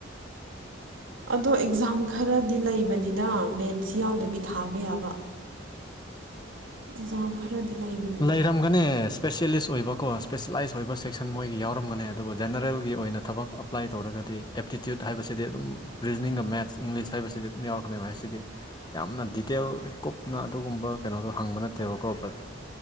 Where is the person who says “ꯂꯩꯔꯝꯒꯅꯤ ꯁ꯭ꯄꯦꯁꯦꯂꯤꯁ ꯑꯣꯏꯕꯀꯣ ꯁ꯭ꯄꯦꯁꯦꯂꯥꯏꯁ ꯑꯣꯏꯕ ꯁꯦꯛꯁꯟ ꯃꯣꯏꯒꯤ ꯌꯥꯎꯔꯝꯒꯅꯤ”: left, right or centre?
Left